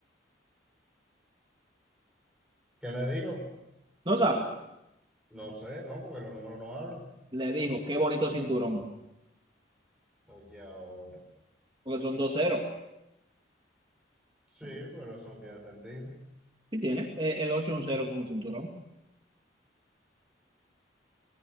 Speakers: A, in the centre; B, on the right.
A: ¿Qué le dijo?
B: No sabes.
A: No sé, no, porque los números no hablan.
B: Le dijo, qué bonito cinturón.
A: Oye, ahora.
B: Porque son dos ceros.
A: Sí, pero eso no tiene sentido.
B: Sí, tiene. Eh, el ocho es un cero con un cinturón.